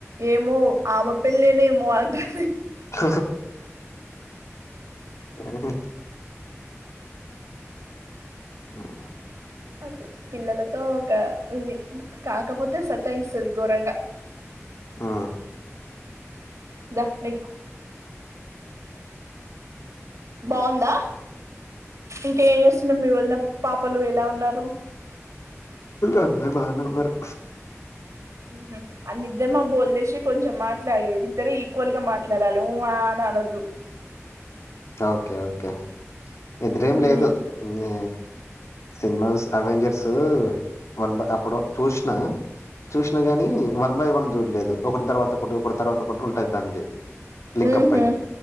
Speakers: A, on the right; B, on the left.
A: ఏమో ఆమె పెళ్ళేనేమో హ్ అంటుంది.
B: హ హా ఉమ్
A: అట్ల పిల్లలతో ఒక ఇది కాకపోతే సతాయిస్తది గోరంగా
B: ఆ
A: దక్ ఎక్ బావుందా? ఇంక ఏ చేస్తున్నారు మీ వదిన పాపలు ఎలా ఉన్నారు?
B: అందరు బానే ఉన్నరు.
A: ఉహు అది నిద్ర మబ్బు వదిలేసి కొంచెం మాట్లాడు ఇద్దరూ ఈక్వల్ గా మాట్లాడాలి ఉ ఆ ఆన్ అనొద్దు
B: ఓకే ఓకే నిద్రేం
A: ఉమ్
B: లేదు ఆ సినిమాస్ అవేంజెర్స్ సో వంద్ అప్పుడు చూసిన చుసిన గాని వన్ బై వన్ చూడలేదు ఒకరి తర్వాత ఒకటి ఒకరి తర్వాత ఒకటి ఉంటుది దాంది లింకప్
A: ఉహు
B: అయి